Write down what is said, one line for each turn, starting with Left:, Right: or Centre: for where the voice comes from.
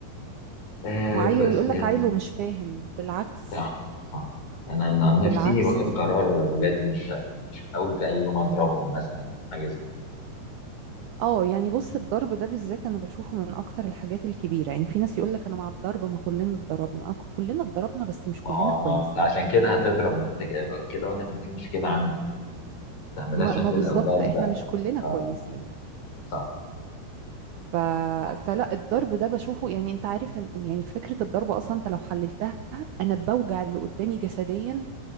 Left: آه
Right: وعيل
Left: بس
Right: ويقول
Left: يعني
Right: لك عيل ومش فاهم بالعكس
Left: صح صح أنا أنا عن
Right: بالعكس
Left: نفسي واخد قرار ولادي مش مش هحاول في أي يوم أضربهم مثلا حاجة زي
Right: اه يعني بص الضرب ده بالذات انا بشوفه من اكتر الحاجات الكبيره يعني في ناس يقول لك انا مع الضرب ما كلنا اتضربنا اه كلنا اتضربنا بس مش
Left: ما
Right: كلنا
Left: هو
Right: كويسين
Left: ما أنت عشان كده هتضرب ما أنت كده كده واضح إن في مشكلة عندك ما تعملهاش
Right: ما,
Left: عند
Right: ما بالظبط
Left: الأولاد
Right: احنا
Left: بقى
Right: مش كلنا
Left: أه
Right: كويسين
Left: صح
Right: ف...
Left: صح
Right: فلا الضرب ده بشوفه يعني انت عارف ان يعني فكره الضرب اصلا انت لو حللتها انا بوجع اللي قدامي جسديا